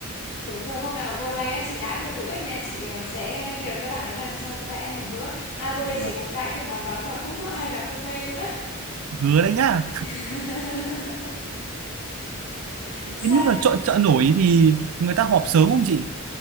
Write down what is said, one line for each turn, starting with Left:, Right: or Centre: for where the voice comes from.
Left: Đúng rồi, hôm nào vô đây á, chị đãi một bữa nha, chị ờ, sẽ nhờ các bạn ấy làm cho xong đãi em một bữa. Ai vô đây
Right: Vâng.
Left: chị cũng đãi cái món đó và không có ai là không mê luôn á.
Right: Hứa đấy nhá.
Left: <laughs>
Right: Thế
Left: Sao
Right: nhưng mà chợ chợ nổi thì người ta họp sớm không chị?